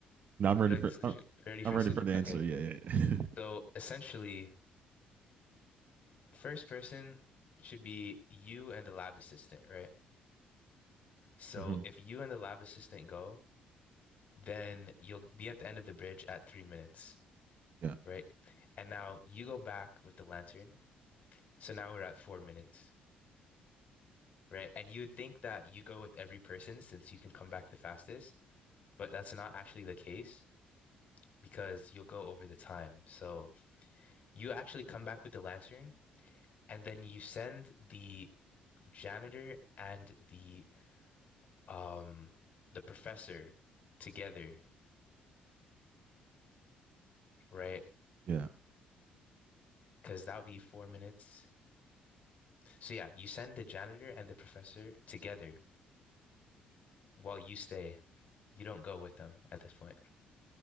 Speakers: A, on the right (about 50°); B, on the left (about 45°).
A: Now
B: Do
A: I'm ready
B: you like
A: for
B: the solution?
A: I'm,
B: Ready for
A: I'm
B: a
A: ready
B: solution?
A: for the answer.
B: Okay.
A: Yeah, yeah, yeah.
B: So essentially, first person should be you and the lab assistant, right? So
A: <laughs> hmm
B: if you and the lab assistant go, then you'll be at the end of the bridge at three minutes,
A: Yeah.
B: right? And now you go back with the lantern. So now we're at four minutes, right? And you would think that you go with every person since you can come back the fastest, but that's not actually the case. because you'll go over the time. So you actually come back with the lantern and then you send the janitor and the um the professor together, right?
A: Yeah.
B: Because that'll be four minutes. So yeah, you send the janitor and the professor together while you stay. You don't go with them at this point,